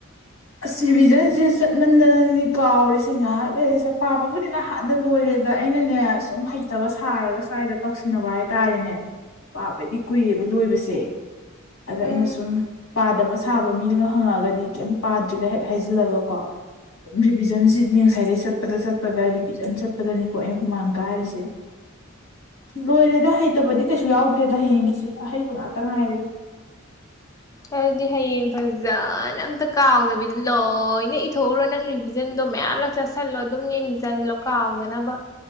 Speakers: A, on the left; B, on the left.
A: ꯑꯁ ꯔꯤꯚꯤꯖꯟꯁꯦ ꯆꯠꯃꯟꯗꯅꯅꯤ ꯀꯥꯎꯔꯤꯁꯦ ꯉꯥꯏꯍꯥꯛ ꯂꯩꯔꯦ ꯄꯥꯕꯕꯨꯗꯤ ꯅꯍꯥꯟꯅ ꯑꯗ ꯂꯣꯏꯔꯦꯗ ꯑꯩꯅꯅꯦ ꯁꯨꯝ ꯍꯩꯇꯕ ꯁꯥꯔꯒ ꯁ꯭ꯋꯥꯏꯗ ꯇꯧꯁꯤꯟꯅꯕ ꯍꯥꯏꯇꯥꯔꯦꯅꯦ ꯄꯥꯕꯩꯗꯤ ꯀꯨꯏꯔꯦꯕ ꯂꯣꯏꯕꯁꯦ ꯑꯗ
B: ꯎꯝ
A: ꯑꯩꯅ ꯁꯨꯝ ꯄꯥꯗꯕ ꯁꯥꯕ ꯃꯤꯅꯒ ꯍꯪꯉꯛꯑꯒꯗꯤ ꯀꯩꯝ ꯄꯥꯗ꯭ꯔꯤꯒ ꯍꯦꯛ ꯍꯩꯖꯤꯜꯂꯒ ꯀꯣ ꯔꯤꯚꯤꯖꯟꯁꯤꯗꯤꯅꯦ ꯉꯁꯥꯏꯗꯩ ꯆꯠꯄꯗ ꯆꯠꯄꯗ ꯔꯤꯚꯤꯖꯟ ꯆꯠꯄꯗꯅꯤꯀꯣ ꯑꯩꯅ ꯍꯨꯃꯥꯡ ꯀꯥꯔꯤꯁꯦ
B: <inaudible>
A: ꯂꯣꯏꯔꯦꯗ ꯍꯩꯇꯕꯗꯤ ꯀꯩꯁꯨ ꯌꯥꯎꯗ꯭ꯔꯦꯗ ꯍꯌꯦꯡꯒꯤꯁꯦ ꯑꯍꯩꯕ ꯉꯥꯛꯇ ꯉꯥꯏꯔꯦ
B: ꯑꯗꯨꯗꯤ ꯍꯌꯦꯡ ꯐꯖꯅ ꯑꯝꯇ ꯀꯥꯎꯗꯕꯤꯗ ꯂꯣꯏꯅ ꯏꯊꯣꯛꯎꯔꯣ ꯅꯪ ꯚꯤꯖꯟꯗꯣ ꯃꯌꯥꯝꯂꯛ ꯆꯁꯜꯂꯣ ꯑꯗꯨꯝ ꯌꯦꯡꯖꯜꯂꯣ ꯀꯥꯎꯗꯅꯕ